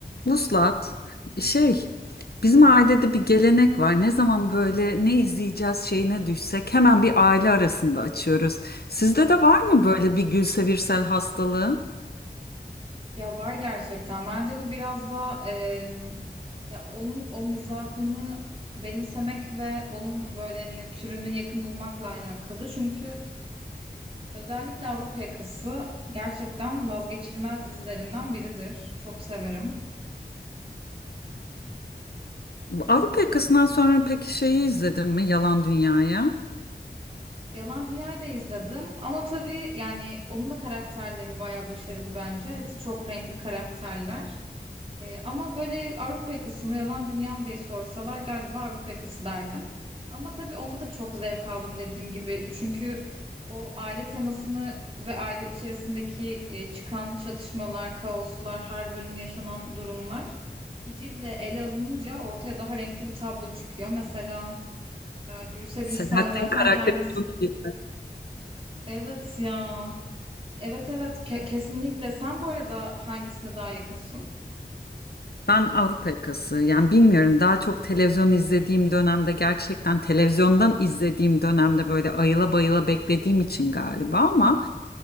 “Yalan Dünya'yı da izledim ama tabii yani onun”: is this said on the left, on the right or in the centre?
Right